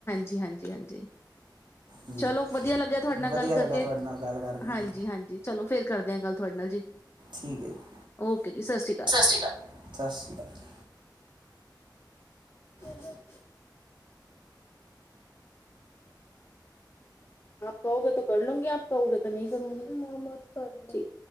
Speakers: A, on the left; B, on the right.
A: ਜੀ ਹਾਂਜੀ ਹਾਂਜੀ
B: ਜੀ
A: ਚਲੋ ਵਧੀਆ ਲੱਗਿਆ ਤੁਹਾਡੇ ਨਾਲ
B: ਵਧੀਆ
A: ਗੱਲ ਕਰਕੇ
B: ਲੱਗਿਆ ਤੁਹਾਡੇ ਨਾਲ ਗੱਲ ਕਰਕੇ
A: ਹਾਂਜੀ
B: ਜੀ
A: ਹਾਂਜੀ ਚਲੋ ਫਿਰ ਕਰਦੇ ਹਾਂ ਗੱਲ ਤੁਹਾਡੇ ਨਾਲ ਜੀ।
B: ਠੀਕ ਹੈ ਜੀ
A: ਓਕੇ ਜੀ ਸਤਿ ਸ਼੍ਰੀ
B: ਸ੍ਰੀ ਅਕਾਲ ਸਤਿ ਸ਼੍ਰੀ ਅਕਾਲ। <inaudible>
A: ਹੈ <inaudible> ਆਪ ਕਰੋਗੇ ਤੋ ਕਰ ਲੂੰਗੀ, ਆਪ ਕਹੋਗੇ ਤੋ ਨਹੀਂ ਕਰੂੰਗੀ। ਠੀਕ